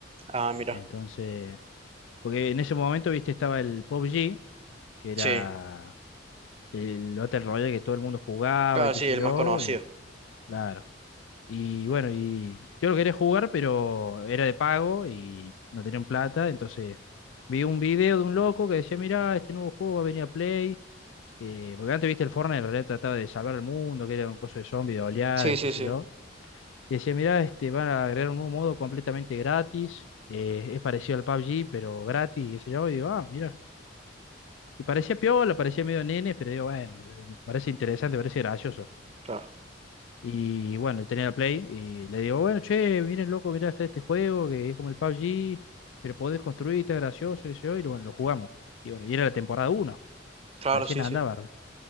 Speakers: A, on the right; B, on the left.
A: Ah, mira.
B: Entonces, porque en ese momento, ¿viste? Estaba el P U B G que era
A: Sí,
B: el Battle Royale que todo el mundo jugaba
A: claro,
B: y qué
A: sí,
B: sé
A: el
B: yo,
A: más conocido.
B: y claro. Y bueno, y yo lo quería jugar, pero era de pago y no tenían plata, entonces vi un video de un loco que decía, mira, este nuevo juego va a venir a Play, que, porque antes viste el Fortnite, en realidad trataba de salvar al mundo, que era un coso de zombies, de oleadas
A: Sí,
B: y
A: sí,
B: qué sé
A: sí,
B: yo. Y decía, mira, este, van a agregar un nuevo modo completamente gratis, eh, es parecido al PUBG, pero gratis, y qué sé yo, y digo, ah, mira. Y parecía piola, parecía medio nene, pero digo, bueno, parece interesante, parece gracioso.
A: claro.
B: Y bueno, tenía la Play y le digo, bueno, che, miren loco, mirá, está este juego que es como el PUBG, pero podés construir, está gracioso, qué sé yo, y bueno, lo jugamos. Y bueno, y era la temporada uno
A: Claro,
B: recién
A: sí,
B: andaba.
A: sí.